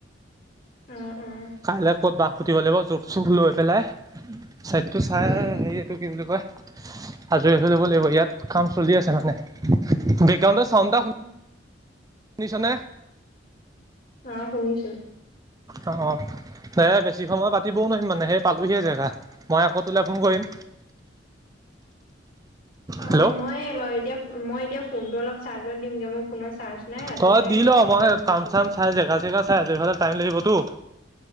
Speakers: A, on the left; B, on the right.
A: অ', অ',
B: কাইলৈ ক'ত বাঁহ পুতিব লাগিব জোখ চোখ লৈ পেলাই, ছাইডটো চাই
A: উম,
B: হেৰি এইটো কি বুলি কয়। আজৰি হৈ লব লাগিব। ইয়াত কাম চলি আছে মানে, বেগ্ৰুণ্ডত চাউ
A: উম, উম,
B: শুনিছানে?
A: আহ শুনিছো।
B: অ অ এই বেছি সময় পাতিবও নোৱাৰিম মানে সেই পালোহিয়ে জেগা। মই আকৌ তোলৈ ফোন কৰিম।
A: অ
B: হেল্ল'
A: মই অল এতিয়া মই এতিয়া ফোনটো অলপ চাৰ্জত দিমগে মোৰ ফোনত চাৰ্জ নাই ৰাতিলেহে
B: তই দি ল
A: কথা
B: মই
A: পাতিব পাৰিম
B: কাম-চাম
A: তেতিয়া।
B: চাই জেগা-চেগা চাই আজৰি হ'লে টাইম লাগিব। টো।